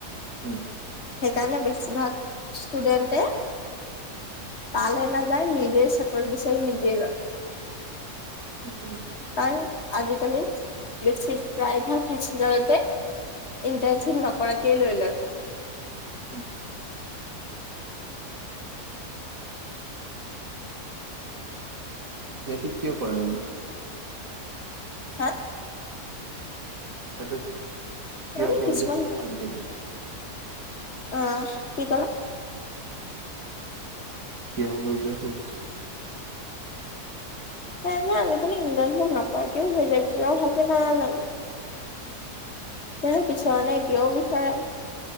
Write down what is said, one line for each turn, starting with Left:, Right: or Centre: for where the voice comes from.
Right: উম
Left: সেইকাৰণে বেছিভাগ ষ্টুডেণ্টে তালে নাযায় নিজে চাকৰি বিচাৰি নিজে লয়
Right: উম
Left: কাৰণ আজ কালি দেছ প্ৰায় ভাগ খছিলতে ইণ্টাৰ্ণশ্বিপ নকৰাকেইে লৈ লো
Right: উম সেইটো কিয় কৰে মানে
Left: হা
Right: এইটো কিয়
Left: মানে
Right: কৰিলে
Left: কিছুমান
Right: নয় আজিকালি
Left: অ কি কলা
Right: শিয়াল লৈ লৈ সুধিছো
Left: <inaudible> সে আজিকালি ইব নকৰেৰাকিয় হৈ যায় কিয় ভে নাজানো
Right: হম
Left: তেনে পছৰ নে এতিয়াও বিচাৰে